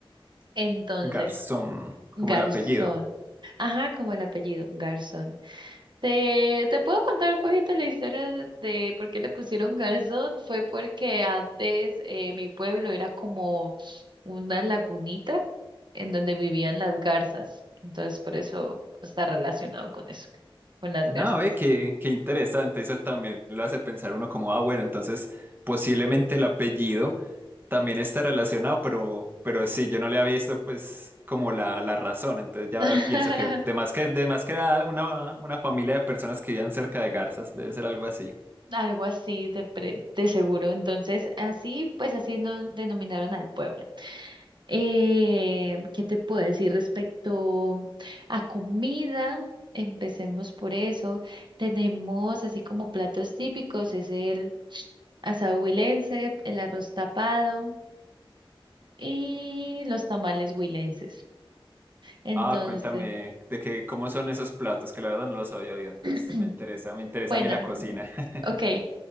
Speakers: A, on the right; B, on the right.
A: Entonces,
B: Garzón,
A: Garzón,
B: como el apellido.
A: ajá, como el apellido, Garzón. Te, te puedo contar un poquito la historia de, de por qué le pusieron garzón. Fue porque antes eh, mi pueblo era como una lagunita en donde vivían las garzas. Entonces, por eso está relacionado con eso, con las
B: No,
A: garzas.
B: ve, qué, qué interesante, eso también lo hace pensar uno como, ah, bueno, entonces posiblemente el apellido también está relacionado, pero, pero sí, yo no le había visto pues como la, la razón, entonces ya
A: <laughs>
B: ahora pienso que de más que, de más que era una, una familia de personas que vivían cerca de garzas, debe ser algo así.
A: Algo así de, pre- de seguro. Entonces, así, pues así no denominaron al pueblo. Eh, ¿qué te puedo decir respecto a comida? Empecemos por eso. Tenemos así como platos típicos, es el asado huilense, el arroz tapado y los tamales huilenses. Entonces,
B: Ah, cuéntame de que cómo son esos platos, que la verdad no los había oído, entonces
A: <clears throat>
B: me interesa, me interesa
A: bueno,
B: a mí la cocina. <laughs>
A: ok.